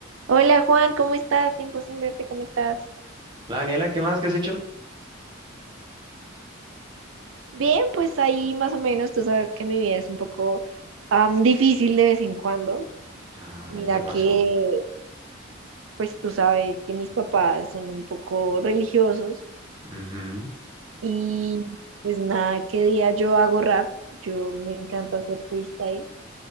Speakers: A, on the right; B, on the right.
A: Hola Juan, ¿cómo estás? Tiempo sin verte, ¿cómo estás?
B: La Daniela, ¿qué más? ¿Qué has hecho?
A: Bien, pues ahí más o menos, tú sabes que mi vida es un poco am, difícil de vez en cuando.
B: Ay,
A: Mira
B: ¿qué pasó?
A: que, pues tú sabes que mis papás son un poco religiosos
B: Ujú,
A: y pues nada, qué día yo hago rap, yo me encanta hacer freestyle.